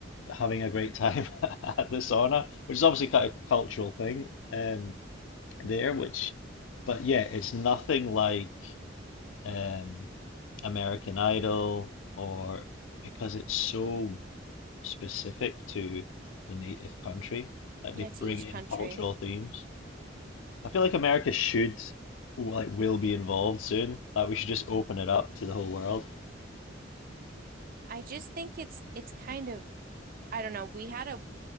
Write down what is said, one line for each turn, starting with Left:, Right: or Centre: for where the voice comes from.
Left: having a great time <laughs> at the sauna, which is obviously kind of cultural thing um there, which, but yeah, it's nothing like. Um, American Idol or because it's so specific to the native country, like
Right: yeah,
Left: they
Right: to
Left: bring
Right: each
Left: in
Right: country.
Left: cultural themes. I feel like America should, like, will be involved soon. Like, we should just open it up to the whole world.
Right: I just think it's it's kind of I don't know. We had a